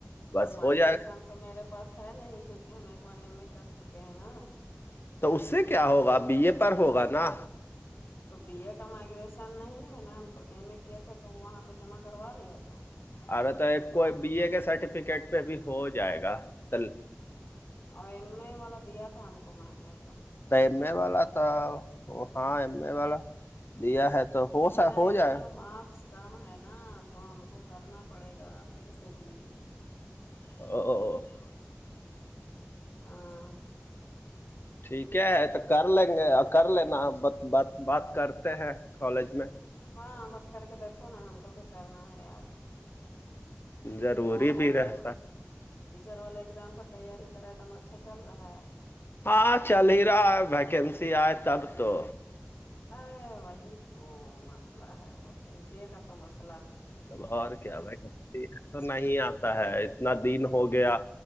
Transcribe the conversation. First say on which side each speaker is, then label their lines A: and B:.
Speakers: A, on the left; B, on the left.
A: بس
B: تو مائگریسن
A: ہو جائے گا
B: تو میرے پاس ہے نہیں کیونکہ ہم ایک بار ای میں کر چکے ہیں نا
A: تو اس سے کیا ہوگا بی اے پر ہوگا نا
B: تو بی اے کا مائگریشن نہیں ہے نا ایم اے کیا تھا تو وہ وہاں پہ جمع کروا لیا تھا
A: ارے تو کوئی بی اے کے سرٹیفکیٹ پہ بھی ہو جائے گا تل
B: اور ایم اے والا دیا تھا ہم کو مائگریشن
A: ایم ا والا تو ہاں ایم ا والا دیا ہے تو
B: سر
A: ہو
B: میرا
A: سا ہو
B: ایم
A: جائے
B: اے میں مارکس کم ہے نا تو ہم کو کرنا پڑے گا پھر سے بھی
A: <unintelligible>
B: <inaudible>
A: ٹھیک ہے تو کر لیں گے اور کر لینا ب ب بات کرتے ہیں کالج میں
B: ہاں بت کر کے دیکو نا ہم کو بھی کرنا ہے یار
A: ضروری
B: اور یہ
A: بھی
B: سب
A: رہتا
B: ٹیچر والا اگزام کا تیاری ترا ایک دم اچھا چل رہا ہے
A: ہاں چل ہییرا ویکنسی آئے تب تو
B: ارے وہی تو مسئلہ ہے ویکینسی کا تو مسئلہ ہے
A: تب اورار کیا بھائی گ ہے نہیں آتا ہے اتنا دن ہو گیا